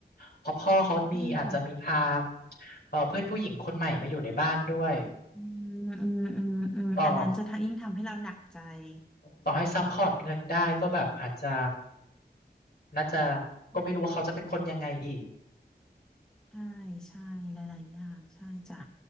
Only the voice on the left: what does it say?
เพราะพ่อเขามีอาจจะมีพา
เออเพื่อนผู้หญิงคนใหม่มาอยู่ในบ้านด้วย
ต่อต่อให้ซัพพอร์ตเงินได้ก็แบบอาจจะ
น่าจะก็ไม่รู้ว่าเขาจะเป็นคนยังไงอีก